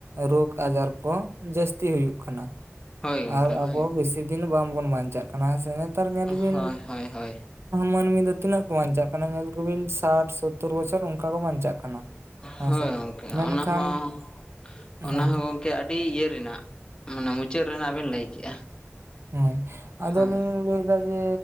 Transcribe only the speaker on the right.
ᱨᱳᱜᱽ ᱟᱡᱟᱨ ᱠᱚ ᱡᱟᱹᱥᱛᱤ ᱦᱩᱭᱩᱜ ᱠᱟᱱᱟ᱾
ᱟᱨ
ᱟᱵᱚ ᱵᱤᱥᱤ ᱫᱤᱱ ᱵᱟᱝᱵᱚᱱ ᱵᱟᱧᱪᱟᱜ ᱠᱟᱱᱟ ᱦᱮᱸ ᱥᱮ ᱱᱮᱛᱟᱨ ᱧᱮᱞ
ᱵᱤᱱ
ᱢᱟᱹᱱᱢᱤ ᱫᱚ ᱛᱤᱱᱟᱹᱜ ᱠᱚ ᱵᱟᱧᱪᱟᱜ ᱠᱟᱱᱟ ᱧᱮᱞ ᱠᱚᱵᱤᱱ ᱥᱟᱴ ᱥᱳᱛᱛᱳᱨ ᱵᱚᱪᱷᱚᱨ ᱚᱱᱠᱟ ᱠᱚ ᱵᱟᱧᱪᱟᱜ ᱠᱟᱱᱟ᱾ ᱦᱮᱸᱥᱮ
ᱢᱮᱱᱠᱷᱟᱱ
ᱦᱳᱭ
ᱦᱮᱸ ᱟᱫᱟ
ᱞᱤᱧ ᱞᱟᱹᱭ ᱡᱮ